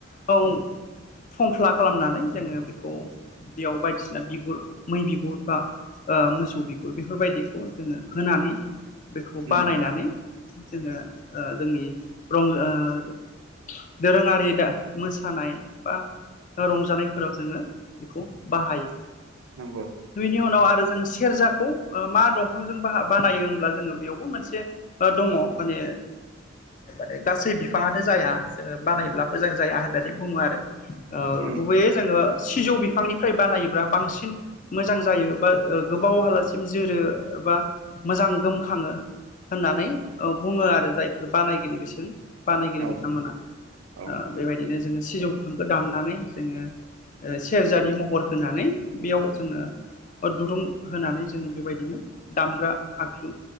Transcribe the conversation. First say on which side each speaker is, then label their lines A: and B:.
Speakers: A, on the left; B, on the right.
A: औ। खंख्ला खालामनानै जोङो बेखौ बेयाव बायदिसिना बिगुर मै बिगुर बा ओ मोसौ बिगुर बेफोरबायदिखौ जोङो होनानै बेखौ
B: उम
A: बानायनानै जोङो जोंनि रंजा ओ दोरोङारि दा मोसानाय बा रंजानायफोराव जोङो बेखौ बाहायो।
B: नंगौ
A: बिनि उनाव आरो जों सि सेरजाखौ ओ मा दंफांजों बाहाब बानायो होनब्ला जोङो बेयावबो मोनसे दङ माने माने गासै बिफाङानो जाया जोङो बानायब्ला मोजां जाया होननानै बुङो आरो। ओ
B: उम
A: गुबैयै जोङो सिजौ बिफांनिफ्राय बानायोब्ला बांसिन मोजां जायो बा गोबाव हालासिम जोरो बा मोजां गोमखाङो होननानै ओ बुङो आरो जायफोर बानायगिरि बिसोर। बानायगिरि
B: औ
A: बिथांमोना
B: औ
A: बेबायदिनो जोङो सिजौ बिफांखो दाननानै जोङो ओ सेरजानि महर होनानै बेयाव जोङो दुरुं होनानै जोङो बेबायदिनो दामग्रा आगजु